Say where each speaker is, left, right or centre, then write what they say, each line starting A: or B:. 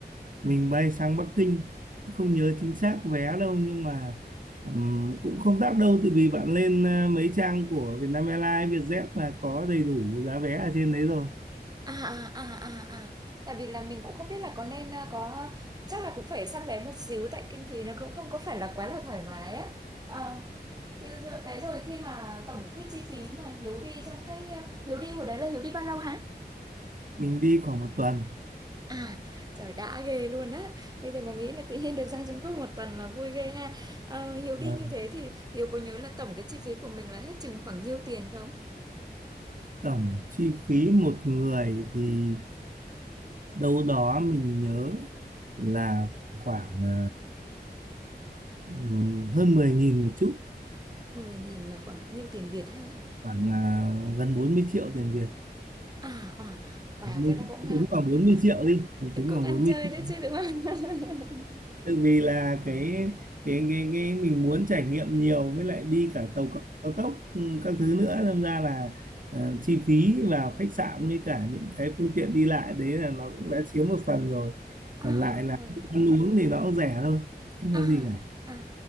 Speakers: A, on the right; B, on the right.
A: mình bay sang Bắc Kinh không nhớ chính xác vé đâu nhưng mà ừm, cũng không đắt đâu tại vì bạn lên ờ, mấy trang của Vietnam Airlines, Vietjet là có đầy đủ giá vé ở trên đấy rồi
B: À, à, à, à, à, tại vì là mình cũng không biết là có nên ờ, có, chắc là cũng phải săn vé một xíu tại kinh phí nó cũng không có phải là quá là thoải mái á. Ờ, cái, rồi- cái rồi khi mà tổng cái chi phí mà Hiếu đi trong cái, ờ, Hiếu đi hồi đấy là Hiếu đi bao lâu hả?
A: mình đi khoảng một tuần
B: À, trời đã ghê luôn á. Bây giờ mà nghĩ là tự nhiên được sang Trung Quốc một tuần là vui ghê ha. Ờ, Hiếu đi
A: Và
B: như thế thì Hiếu có nhớ là tổng cái chi phí của mình là hết chừng khoảng nhiêu tiền không?
A: tổng chi phí một người thì đâu đó mình nhớ là khoảng ờ, ừm, hơn 10.000 một chút
B: mười nghìn là khoảng nhiêu tiền Việt ha?
A: khoảng ờ, gần 40 triệu tiền Việt
B: À, à, wow,
A: mình
B: thế là cũng à,
A: tính
B: cũng
A: khoảng 40
B: à,
A: triệu đi mình tính
B: cũng
A: khoảng
B: ăn
A: bốn mươi
B: chơi
A: triệu
B: đấy chứ đúng không? <laughs>
A: Tại vì là cái cái cái cái mình muốn trải nghiệm nhiều với lại đi cả tàu cao cao tốc ừ, các thứ nữa nên ra là ờ, chi phí vào khách sạn với cả những cái phương tiện đi lại đấy là nó cũng đã chiếm một phần rồi
B: À,
A: còn lại là
B: ừ.
A: ăn uống thì nó cũng rẻ thôi không
B: à,
A: có gì cả
B: à,